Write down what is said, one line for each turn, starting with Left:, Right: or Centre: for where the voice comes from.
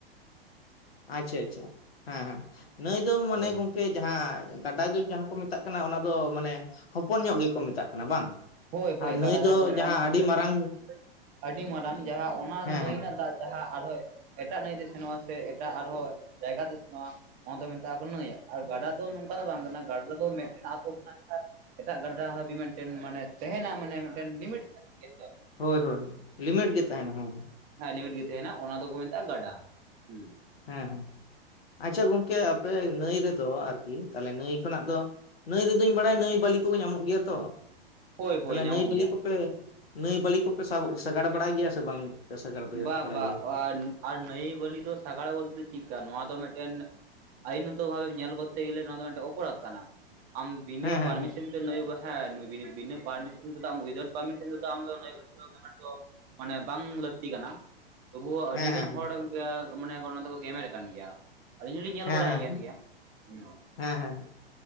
Left: ᱟᱪᱷᱟ ᱟᱪᱷᱟ ᱦᱮᱸ ᱦᱮᱸ ᱱᱟᱹᱭ ᱫᱚ ᱢᱚᱱᱮ
Right: ᱦᱳᱭ
Left: ᱜᱚᱝ ᱠᱮ ᱡᱟᱦᱟᱸ ᱜᱟᱰᱟ ᱡᱚᱜᱽ ᱡᱟᱦᱟᱸ ᱠᱚ ᱢᱮᱛᱟᱜ ᱠᱟᱱᱟ ᱚᱱᱟ ᱫᱚ ᱢᱟᱱᱮ ᱦᱚᱯᱚᱱ ᱧᱚᱜ ᱜᱮᱠᱚ ᱢᱮᱛᱟᱜ ᱠᱟᱱᱟ ᱵᱟᱝ?
Right: ᱦᱳᱭ ᱦᱳᱭ
Left: ᱟᱨ ᱱᱟᱹᱭ
Right: ᱜᱟᱰᱟ ᱡᱟᱦᱟᱸ
Left: ᱫᱚ
Right: ᱠᱚ ᱢᱮᱛᱟ
Left: ᱟᱹᱰᱤ ᱢᱟᱨᱟᱝ
Right: <inaudible> ᱟᱹᱰᱤ ᱢᱟᱨᱟᱝ ᱡᱟᱦᱟᱸ ᱚᱱᱟ
Left: ᱦᱮᱸ
Right: ᱱᱟᱹᱭ
Left: ᱦᱮᱸ
Right: ᱨᱮᱱᱟᱜ ᱫᱟᱜ ᱡᱟᱦᱟᱸ ᱟᱨᱦᱚᱸ ᱮᱴᱟᱜ ᱱᱟᱹᱭ ᱛᱮ ᱥᱮᱱᱚᱜᱼᱟ ᱥᱮ ᱮᱴᱟᱜ ᱟᱨᱦᱚᱸ ᱡᱟᱭᱜᱟ ᱛᱮ ᱥᱮᱱᱚᱜᱼᱟ, ᱚᱱᱟ ᱢᱮᱛᱟᱜ ᱟᱠᱚ ᱱᱟᱹᱭ ᱟᱨ ᱜᱟᱰᱟ ᱫᱚ ᱱᱚᱝᱠᱟ ᱫᱚ ᱵᱟᱝ ᱠᱟᱱᱟ ᱜᱟᱰᱟ ᱫᱚ ᱢᱤᱫᱴᱮᱱ ᱟᱛᱳ ᱠᱷᱚᱱᱟᱜ ᱡᱟᱦᱟᱸ ᱮᱴᱟᱜ ᱜᱟᱰᱟ ᱦᱟᱹᱵᱤ ᱢᱤᱫᱴᱮᱱ ᱢᱟᱱᱮ ᱛᱟᱦᱮᱸᱱᱟ ᱢᱟᱱᱮ ᱢᱤᱫᱴᱮᱱ ᱞᱤᱢᱤᱴ ᱦᱮᱸ
Left: ᱦᱳᱭ ᱦᱳᱭ ᱞᱤᱢᱤᱴ ᱜᱮ ᱛᱟᱦᱮᱸᱱᱟ ᱦᱚᱸ᱾
Right: ᱦᱮᱸ ᱞᱤᱢᱤᱴ ᱜᱮ ᱛᱟᱦᱮᱸᱱᱟ ᱚᱱᱟ ᱫᱚᱠᱚ ᱢᱮᱛᱟᱜᱼᱟ ᱜᱟᱰᱟ ᱦᱩᱸ᱾
Left: ᱦᱮᱸ ᱦᱮᱸ ᱟᱪᱷᱟ ᱜᱚᱝᱠᱮ ᱟᱯᱮ ᱱᱟᱹᱭ ᱨᱮᱫᱚ ᱟᱨᱠᱤ ᱛᱟᱦᱚᱞᱮ ᱱᱟᱹᱭ ᱠᱷᱚᱱᱟᱜ ᱫᱚ ᱱᱟᱹᱭ ᱨᱮᱫᱚᱧ ᱵᱟᱲᱟᱭᱟ ᱱᱟᱹᱭ ᱵᱟᱹᱞᱤ ᱠᱚ ᱧᱟᱢᱚᱜ ᱜᱮᱭᱟ ᱛᱚ,
Right: ᱦᱳᱭ ᱦᱳᱭ
Left: ᱛᱟᱦᱞᱮ
Right: ᱧᱟᱢᱚᱜ
Left: ᱱᱟᱹᱭ ᱵᱟᱹᱞᱤ
Right: ᱜᱮᱭᱟ
Left: ᱠᱚᱯᱮ ᱱᱟᱹᱭ ᱵᱟᱹᱞᱤ ᱠᱚᱯᱮ ᱥᱟᱵ ᱥᱟᱜᱟᱲ ᱵᱟᱲᱟᱭ ᱜᱮᱭᱟ ᱥᱮ ᱵᱟᱝ? ᱥᱟᱜᱟᱲ
Right: ᱵᱟ
Left: ᱵᱟᱲᱟᱭ
Right: ᱵᱟ
Left: ᱜᱮᱭᱟ?
Right: ᱟᱨ ᱱᱟᱹᱭ ᱵᱟᱹᱞᱤ ᱫᱚ ᱥᱟᱜᱟᱲ ᱵᱚᱞᱛᱮ ᱪᱮᱜᱠᱟ ᱱᱚᱣᱟ ᱫᱚ ᱢᱤᱫᱴᱮᱱ ᱟᱭᱤᱱᱚᱛᱚ ᱵᱷᱟᱵᱮᱢ ᱧᱮᱞ ᱠᱚᱨᱛᱮ ᱜᱮᱞᱮ ᱱᱚᱣᱟ ᱫᱚ ᱢᱤᱫᱴᱮᱱ ᱚᱯᱚᱨᱟᱫ ᱠᱟᱱᱟ ᱟᱢ ᱵᱤᱱᱟᱹ
Left: ᱦᱮᱸ ᱦᱮᱸ
Right: ᱯᱟᱨᱢᱤᱥᱮᱱ ᱛᱮ ᱱᱟᱹᱭ ᱵᱟᱦᱮ ᱵᱤᱵᱤᱱᱮ ᱵᱤᱱᱟᱹ ᱯᱟᱨᱢᱤᱥᱮᱱ ᱛᱮᱫᱚ ᱟᱢ ᱩᱭᱤᱫᱟᱣᱩᱴ ᱯᱟᱨᱢᱤᱥᱮᱱ ᱛᱮᱫᱚ ᱟᱢᱫᱚ ᱱᱟᱹᱭ ᱵᱟᱹᱞᱤ ᱜᱮᱢᱮᱨ ᱫᱚ ᱢᱟᱱᱮ ᱵᱟᱝ ᱞᱟᱹᱜ ᱛᱤ ᱠᱟᱱᱟ ᱛᱚᱵᱩ
Left: ᱦᱮᱸ
Right: ᱟᱹᱰᱤ
Left: ᱦᱮᱸ
Right: ᱜᱟᱱ ᱦᱚᱲ ᱜᱮ ᱢᱟᱱᱮ ᱚᱱᱟ ᱫᱚᱠᱚ ᱜᱮᱢᱮᱨ ᱠᱟᱱ ᱜᱮᱭᱟ᱾ ᱟᱹᱞᱤᱧ ᱦᱚᱸᱞᱤᱧ ᱧᱮᱞ
Left: ᱦᱮᱸ
Right: ᱵᱟᱲᱟᱭᱮᱜ
Left: ᱦᱮᱸ
Right: ᱠᱟᱱ ᱜᱮᱭᱟ ᱦᱩᱸ᱾
Left: ᱦᱮᱸ ᱦᱮᱸ